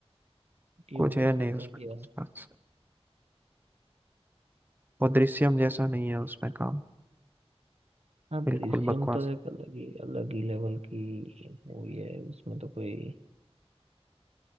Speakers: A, on the right; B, on the right.
A: क्यों
B: कुछ है
A: ऐसा
B: नहीं उसमें
A: हो गया
B: खास। वो दृश्यम जैसा नहीं है उसमें काम
A: हाँ
B: बिल्कुल
A: दृश्यम
B: बकवास
A: तो एक अलग ही अलग ही लेवल की मूवी है उसमें तो कोई